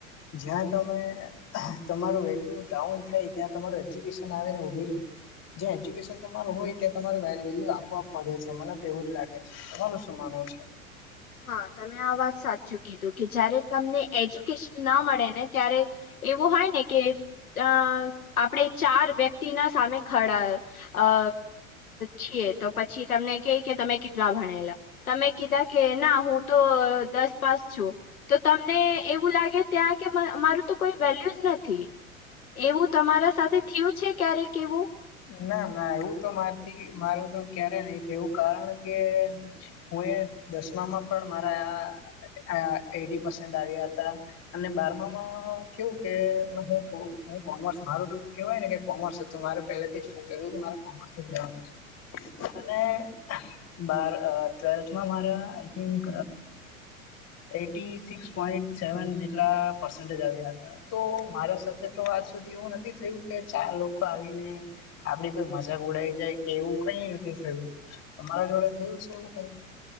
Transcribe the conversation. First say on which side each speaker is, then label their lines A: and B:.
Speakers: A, on the left; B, on the left.
A: જ્યાં તમે તમારું વેલ્યુ ડાઉન થાય ત્યાં તમારૂ એજ્યુકેશન આવે ને ઉભી રહી જ્યાં એજ્યુકેશન તમારું હોય ત્યાં તમા વ વેલ્યુ આપો આપવા દે છે મને તો એવું જ લાગે છે. તમારું શું માનવું છે.
B: હા તમે આ વાત સાચી કીધું કે જયારે તમને એજ્યુકેશન ના મળે ને ત્યારે એવું હોય ને કે અ આપણેે ચાર વ્યક્તિ ના સામે ખડા અ છીએ તો પછી તમને કય કે તમે કેટલા ભણેલા તમે કીધા કે ના હું તો દસ પાસ છું. તો તમને એવું લાગે ત્યાં કે મારું તો કોઈ વેલ્યુ જ નથી એવું તમારા સાથે થયું છે ક્યારેક એવું
A: ના ના એવું તો મારથી મારું તો ક્યારેય નહી થયુ એવું કારણ કે હું એ દસમામાં પણ મારા આ એટી પરસન્ટ આવ્યા હતા અને બારમામાં કેવું કે હું થોડુ હું કોમર્સ મારું તો કેવાય ને કે કોમર્સ તો મારે <unintelligible> બાર ટ્વેલ્થમાં મારા I think eighty six point seven જેટલા પર્સન્ટેજ આવ્યા હતા તો મારા સાથે તો આજ સુધી એવું નથી થયું કે ચાર લોકો આવીને આપડી કોઈ મજાક ઉડાઈ જાય કે એવું કઈ નથી થયું તમારા જોડે થયું છે એવું કઈ